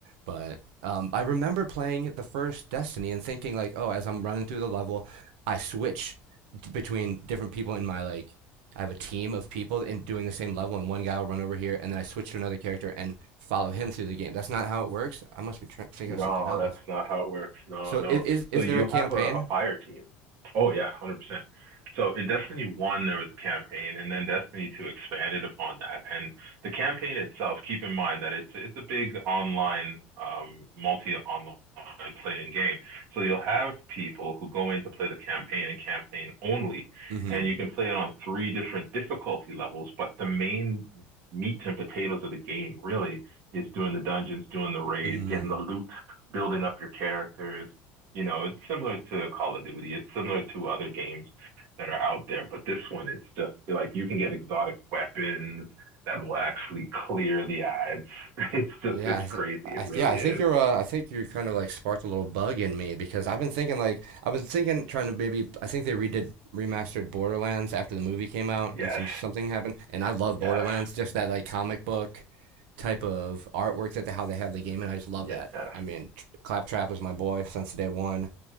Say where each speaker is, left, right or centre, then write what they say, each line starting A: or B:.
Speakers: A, on the right (about 85°); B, on the right (about 45°).
A: But um, I remember playing the first Destiny and thinking like, oh, as I'm running through the level, I switch t- between different people in my like. I have a team of people and doing the same level, and one guy will run over here, and then I switch to another character, and follow him through the game. That's not how it works. I must be tr thinking
B: No,
A: of something else.
B: that's not how it works. No,
A: So
B: no.
A: is is, is
B: So you
A: there a campaign?
B: have a, a fire team. Oh yeah, 100%. So in Destiny 1, there was a campaign, and then Destiny 2 expanded upon that. And the campaign itself, keep in mind that it's it's a big online, um, multi-online playing game. So you'll have people who go in to play the campaign and campaign only,
A: Mm-hmm.
B: and you can play it on three different difficulty levels, but the main meat and potatoes of the game really is doing the dungeons, doing the raids,
A: Mm-hmm.
B: getting the loot, building up your characters. You know, it's similar to Call of Duty. It's similar to other games that are out there, but this one, it's just like you can get exotic weapons that will actually clear the ads. <laughs> It's just,
A: Yeah,
B: it's
A: I th
B: crazy. It
A: I,
B: really
A: yeah, I
B: is.
A: think you're uh, I think you kind of like sparked a little bug in me because I've been thinking like I was thinking trying to maybe I think they redid remastered Borderlands after the movie came out
B: Yes,
A: and some something happened and I love Borderlands
B: yes,
A: just that like comic book type of artwork that they, how they have the game and I just love
B: yes.
A: that. I mean, Claptrap is my boy since day one